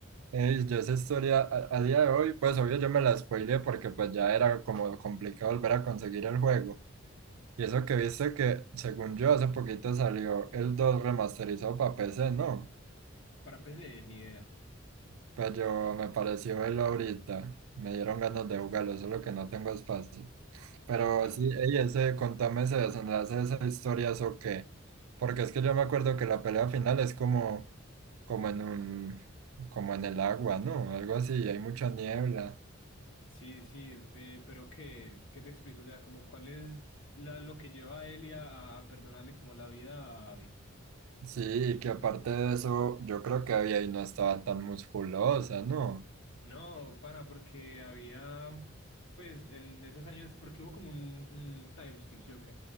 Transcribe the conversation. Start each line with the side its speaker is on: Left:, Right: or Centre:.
Right: Ey, yo esa historia a, a día de hoy, pues obvio yo me la spoileé porque pues ya era como complicado volver a conseguir el juego. Y eso que viste que, según yo, hace poquito salió el 2 remasterizado para PC, ¿no?
Left: Para PC, ni idea,
Right: Pero yo me pareció el ahorita. Me dieron ganas de jugarlo, solo que no tengo espacio. Pero
Left: aparte.
Right: sí, ey, ese, contame ese desenlace de esa historia, ¿eso qué? Porque es que yo me acuerdo que la pelea final es como, como en un, como en el agua, ¿no? Algo así, hay mucha niebla.
Left: Sí, sí, eh, pero ¿qué, qué te explico? O sea, como cuál es la, lo que lleva a Elia a, a perdonarle como la vida a Abby.
Right: Sí, y que aparte de eso, yo creo que ella ahí no estaba tan musculosa, ¿no?
Left: No, pana, porque había, pues en esos años, porque hubo como un, un time ¿sí o qué?